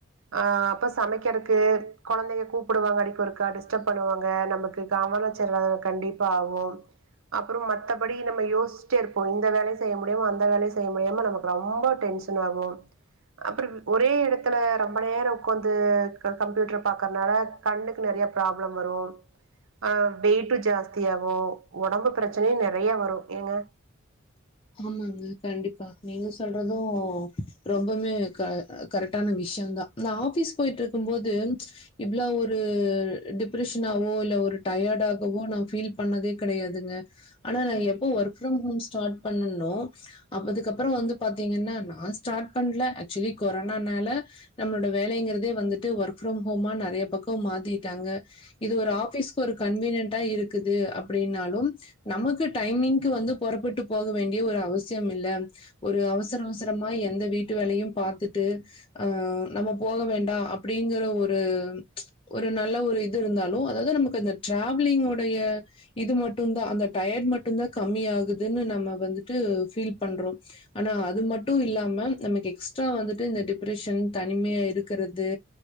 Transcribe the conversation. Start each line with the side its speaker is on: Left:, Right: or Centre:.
Right: அ அப்ப சமைக்கிறக்கு கொழந்தைங்க கூப்புடுவாங்க அடிக்கொருக்கா டிஸ்டப் பண்ணுவாங்க நமக்கு <unintelligible> கண்டிப்பா ஆகு அப்பறோ மத்தபடி நம்ம யோஸ்சுட்டே இருப்போ இந்த வேலயு செய்ய முடியாம அந்த வேலயு செய்ய முடியாம நமக்கு ரெம்ப டென்ஷன் ஆகும் அப்பறப் ஒரே எடத்துல ரெம்ப நேர உக்காந்து க கம்ப்யூட்டர் பாக்கறனால கண்ணுக்கு நெறைய ப்ராப்ளம் வரு ஆ வெயிட்டு ஜாஸ்தி ஆகு ஒடம்பு பிரச்சனையு நெறைய வரு ஏங்க
Left: ஆமாங்க கண்டிப்பா நீங்க சொல்றது ரொம்பமே க கரெட்டான விஷ்யந் தா நா ஆஃபீஸ் போயிட்ருக்கும் போது இவ்ளோ ஒரு டிப்ரெஷனவோ இல்ல ஒரு டயர்டாகவோ நா ஃபீல் பண்ணதே கெடையாதுங்க ஆனா நா எப்போ ஒர்க் ஃப்ரம் ஹோம் ஸ்டாட் பண்ணனோ அப்பதுக்கப்பறோ வந்து பாத்தீங்கன்னா நா ஸ்டார்ட் பண்ல ஆக்சுவலி கொரானானால நம்மளோட வேலைங்கிறதே வந்துட்டு ஒர்க் ஃப்ரம் ஹோமா நெறைய பக்கோ மாத்திட்டாங்க இது ஒரு ஆஃபிஸ்க்கு ஒரு கன்வீனியன்டா இருக்குது அப்டினாலும் நமக்கு டைமிங்க்கு வந்து பொறப்பட்டு போக வேண்டிய ஒரு அவசியம் இல்ல ஒரு அவசர அவசரமா எந்த வீட்டு வேலையு பாத்துட்டு அ நம்ம போக வேண்டா அப்டிங்கற ஒரு ஒரு நல்ல ஒரு இது இருந்தாலு அதாவது நமக்கு அந்த ட்ராவ்லிங் உடைய இது மட்டுந்தா அந்த டயட் மட்டுந் தா கம்மி ஆகுதுன்னு நம்ம வந்துட்டு பீல் பண்றோ ஆனா அது மட்டு இல்லாம நமக்கு எக்ஸ்ட்ரா வந்துட்டு இந்த டிப்ரெஷன் தனிமையா இருக்கறது